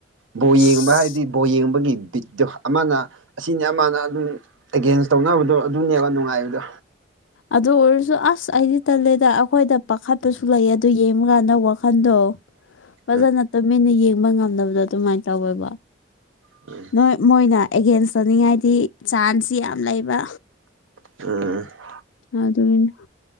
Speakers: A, on the right; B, on the left.
A: ꯕꯣ
B: ꯑꯁ
A: ꯌꯦꯡꯕ ꯍꯥꯏꯗꯤ ꯕꯣ ꯌꯦꯡꯕꯒꯤ ꯕꯤꯠꯇꯣ ꯑꯃꯅ ꯑꯁꯤꯅꯤ ꯑꯃꯅ ꯑꯗꯨꯅꯤ ꯑꯦꯒꯦꯟꯁ ꯇꯧꯅꯕꯗꯣ ꯑꯗꯨꯅꯦꯕ ꯅꯨꯡꯉꯥꯏꯕꯗꯣ
B: ꯑꯗꯨ ꯑꯣꯏꯔꯁꯨ ꯑꯁ ꯑꯩꯗꯤ ꯇꯜꯂꯦꯗ ꯑꯈꯣꯏꯗ ꯄꯥꯈꯠꯄꯁꯨ ꯂꯩꯌꯦ ꯑꯗꯨ ꯌꯦꯡꯕꯀꯥꯟꯗ ꯋꯥꯈꯟꯗꯣ
A: <unintelligible>
B: ꯐꯖꯅ ꯇꯨꯃꯤꯟꯅ ꯌꯦꯡꯕ ꯉꯝꯗꯕꯗꯣ ꯑꯗꯨꯃꯥꯏ ꯇꯧꯋꯦꯕ
A: <unintelligible> ꯎꯝ
B: ꯃꯣꯏ ꯃꯣꯏꯅ ꯑꯦꯒꯦꯟꯁ ꯇꯧꯅꯤꯡꯉꯥꯏꯗꯤ ꯆꯥꯟꯁꯁꯤ ꯌꯥꯝ ꯂꯩꯕ
A: ꯑꯥ
B: ꯑꯗꯨꯅꯤ